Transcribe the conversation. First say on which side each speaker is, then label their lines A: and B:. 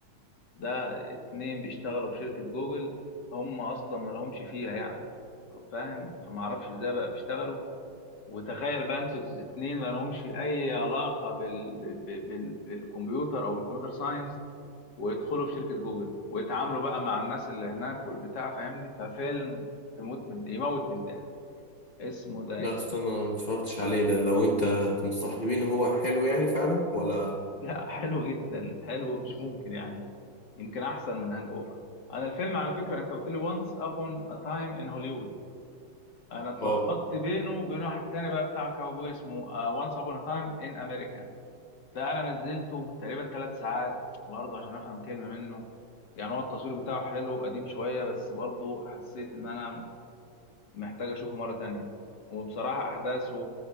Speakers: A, on the left; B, on the left.
A: ده اتنين بيشتغلوا في شركة جوجل هم اصلا ما لهمش فيها يعني فاهم فما اعرفش ازاي بقى بيشتغلوا وتخيل بقى انتوا اتنين ما لهمش اي علاقه بال... بال... بال... بالكمبيوتر او الكمبيوتر ساينس ويدخلوا في شركه جوجل ويتعاملوا بقى مع الناس اللي هناك والبتاع فاهمني ففيلم تموت من يموت من الضحك اسمه ده
B: لا
A: انت
B: استنى انا ما اتفرجتش عليه ده لو انت تنصحني بيه ان هو حلو يعني فعلا ولا
A: لا حلو جدا حلو مش ممكن يعني يمكن احسن من هانج اوفر انا الفيلم على فكره انت قلت لي وانس ابون ا تايم ان هوليوود انا اتلخبطت
B: اه
A: بينه وبين واحد تاني بقى بتاع كاوبوي اسمه وانس ابون ا تايم ان امريكا ده انا نزلته تقريبا ثلاث ساعات برضه عشان افهم كلمه منه يعني هو التصوير بتاعه حلو قديم شويه بس برضه حسيت ان انا محتاج اشوفه مره تانية وبصراحه احداثه